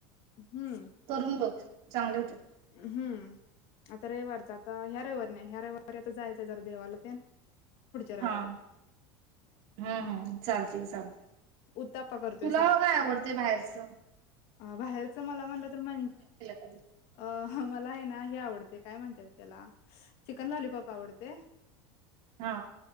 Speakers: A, on the left (about 60°); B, on the right (about 60°).
A: हम्म
B: करून बघ चांगले होते.
A: हम्म आता रविवर आता ह्याऱ्यावर न रवीवारी आता जायचंय जरा देवाला ते पुढच्या रववारी
B: हा हम्म हम चालते चालत
A: उत्ताप्पा करतोय
B: तुला काय आवडते बाहेरच
A: अ बाहेर अस मला म्हणलं तर म्हणज
B: कधी.
A: अ मला आहे ना हे आवडते काय म्हणतायेत त्याला चिकन लॉलीपॉप आवडते.
B: हा.